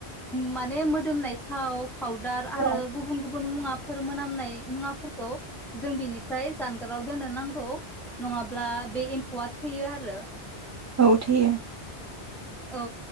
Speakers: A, in the centre; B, on the right (about 15°).
A: माने मोदोमनाय थाव फाउदार
B: औ
A: आरो गुबुन गुबुन मुवाफोर मोनाम नाय मुवाफोरखौ जों बिनिफ्राय जानगाराव दोननो नांगौ नङाब्ला बे एम्फौआ थैयो आरो
B: औ थैयो
A: औ